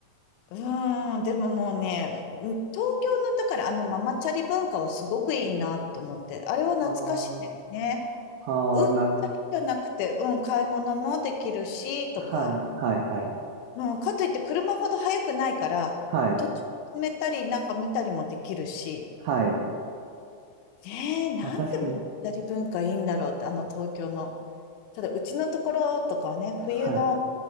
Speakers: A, on the left; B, on the right.
A: うーん、でももうね、ん東京の、だからあのママチャリ文化はすごくいいなと思って、あれは懐かしいですね。
B: あー。はあ、
A: うんだけじゃなくて、
B: なるほど。
A: うん、買い物もできるし、とか、
B: はい、はい、はい、
A: うん、かといって車ほど速くないから、
B: はい、
A: 途中止めたり、なんか見たりもできるし、
B: はい。
A: ねえ、なんてママチャリ文化いいんだろうって、
B: あ、確かに。
A: あの東京の。ただ、うちのところとかはね、冬の
B: はい、